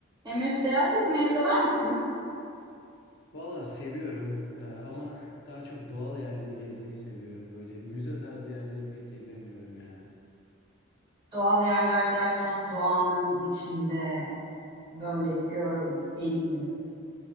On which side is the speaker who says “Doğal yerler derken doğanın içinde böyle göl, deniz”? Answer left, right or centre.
Right